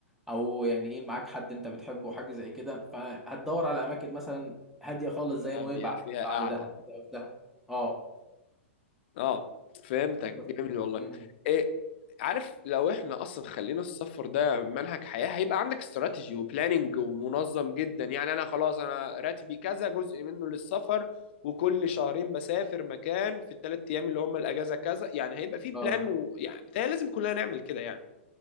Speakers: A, in the centre; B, on the left.
A: او يعني ايه معاك حد انت بتحبه حاجه زي كده فهتدور على اماكن مثلا هاديه خالص زي
B: هاديه
A: نويبع
B: فيها
A: بعد
B: قاعده
A: دهب في دهب اه
B: اه فهمتك
A: بس
B: جميل والله
A: مم.
B: ايه عارف لو احنا اصلا خلينا السفر ده منهج حياه هيبقى عندك استراتيجي وبلاننج ومنظم جدا يعني انا خلاص انا راتبي كذا جزء منه للسفر وكل شهرين بسافر مكان في الثلاث ايام اللي هم الاجازه كذا يعني هيبقى في بلان
A: آه.
B: ويعني بتهيألي لازم كلنا نعمل كده